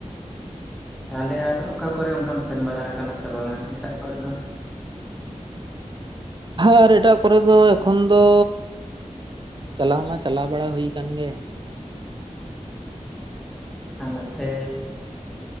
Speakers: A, in the centre; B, on the right.
A: ᱛᱟᱦᱚᱞᱮ ᱟᱨ ᱚᱠᱟ ᱠᱚᱨᱮ ᱚᱱᱠᱟᱢ ᱥᱮᱱ ᱵᱟᱲᱟ ᱟᱠᱟᱱᱟ ᱥᱮ ᱵᱟᱝᱟ ᱮᱴᱟᱜ ᱠᱚᱨᱮ ᱫᱚ
B: ᱟᱨ ᱮᱴᱟᱜ ᱠᱚᱨᱮ ᱫᱚ ᱮᱠᱷᱚᱱ ᱫᱚ ᱪᱟᱞᱟᱣ ᱢᱟ ᱪᱟᱞᱟᱣ ᱵᱟᱲᱟ ᱦᱩᱭ ᱟᱠᱟᱱ ᱜᱮ
A: ᱚᱱᱛᱮ